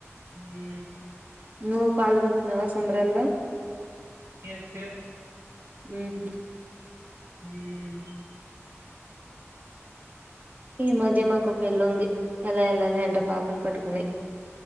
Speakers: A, on the right (about 75°); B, on the right (about 35°).
A: హూ
B: నువ్వు పాల్గొంటున్నావా సంబరాల్లో
A: ఎస్ ఎస్
B: హుహు
A: హ్
B: ఈ మధ్య మాకు పెళ్ళుంది ఎలా ఏళ్లలో ఏంటో పాపను పట్టుకుని